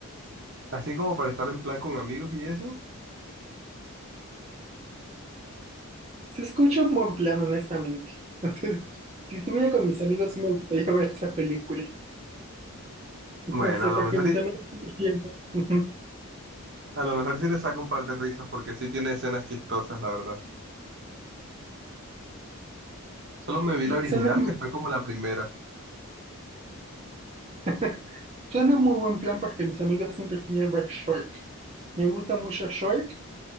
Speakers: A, on the right; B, on the right.
A: así como para estar en plan con amigos y eso.
B: Se escucha un buen plan, honestamente. <laughs> O sea, si estuviera con mis amigos, sí me gustaría ver esa película. <laughs>
A: Bueno,
B: No sé,
A: a lo
B: porque
A: mejor,
B: mis
A: y-
B: amigos... <laughs>
A: a lo mejor sí le saco un par de risas porque sí tiene escenas chistosas, la verdad. Solo me vi
B: Sí,
A: la original,
B: suena,
A: que fue como la primera.
B: <laughs> suena muy buen plan porque mis amigos siempre piden ver Shrek. Me gusta mucho Shrek,